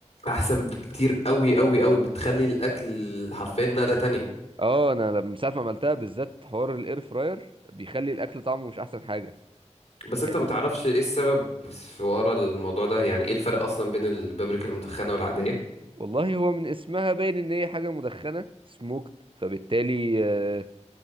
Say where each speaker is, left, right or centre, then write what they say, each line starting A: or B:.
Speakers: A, on the left; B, on the right.
A: أحسن بكتير أوي أوي أوي بتخلي الأكل حرفيا نقلة تانية
B: اه انا لما- من ساعة ما عملتها بالذات حوار الاير فراير بيخلي الاكل طعمه مش احسن حاجة
A: بس
B: كان
A: أنت ما تعرفش إيه السبب في ورا الموضوع ده يعني إيه الفرق أصلا بين البابريكا المدخنة والعادية
B: والله هو من اسمها باين ان هي حاجه مدخنه سموكت فبالتالي آه،